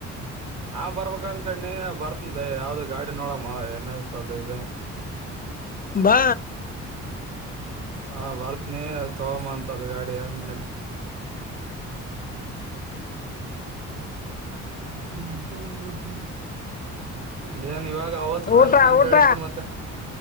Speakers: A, on the right (about 70°); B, on the left (about 30°).
A: ನಾ ಬರ್ಬೇಕ ಅನ್ಕಣಿ ಬರ್ತನ್ಲ ಯಾವ್ದ ಗಾಡಿ ನೋಡಮ್ಮ ಏನ್ಸ ಅದು ಇ
B: ಬಾ
A: ಹಾ ಭಾರತ್ನೇ ತಗಾಮ ಅಂತ ಅದು ಗಾಡಿ ಏನ್ ನಡೀತು ಹ್ಮ್ ಹ್ಮ್ ಹ್ಮ್ ಹ್ಮ್ ಹ್ಮ ಏನ್ ಇವಾಗ ಅವತ್ತು
B: ಊಟ
A: ತರ್ತ್ನ ಅಂತ
B: ಊಟ
A: ಹೇಳಿದ್ದೆ ಮತ್ತೆ